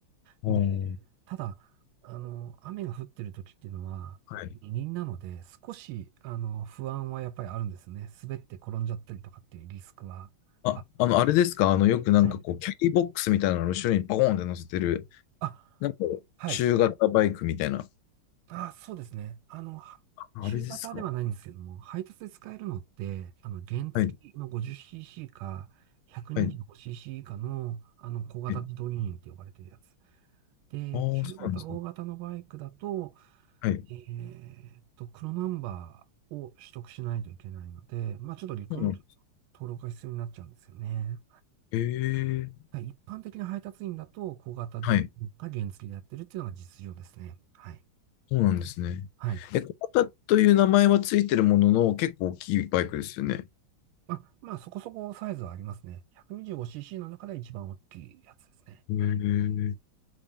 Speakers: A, on the left (about 80°); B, on the right (about 80°).
A: おー
B: で、ただ、あの、雨が降ってる時っていうのは、
A: はい。
B: 二輪なので、少し、あの、不安はやっぱりあるんですね。滑って転んじゃったりとかっていうリスクは。
A: あ、
B: あ、
A: あの、あれですかあの、よくなんかこう、
B: はい。
A: キャリーボックスみたいなの後ろにバコーンって乗せてる、
B: あ、
A: なんか中型バイクみたいな。
B: はい。あ、そうですね。あの、は中型ではないんですけども、
A: あれですか
B: 配達で使えるのって、あの、原付きの
A: はい。
B: 50cc か 125cc
A: はい。
B: 以下の、あの、小型自動二輪って呼ばれてるやつ。
A: はい。
B: で、
A: ああ、そうなんですね。
B: 中型、大型のバイクだと、
A: はい。
B: えーっと、黒ナンバーを取得しないといけないので、まあ、ちょっと陸運局の登録が必要になっちゃうんですよね。
A: そうなんです。ええ。
B: はい一般的な配達員だと、小型自動か原付きでやってるっていうのが実情ですね。
A: はい。
B: はい。
A: そうなんですね。
B: はい
A: え、小型という名前はついてるものの、結構大きいバイクですよね。
B: まあ、まあ、そこそこサイズはありますね。125cc の中で一番大きいやつですね。
A: へ
B: はい。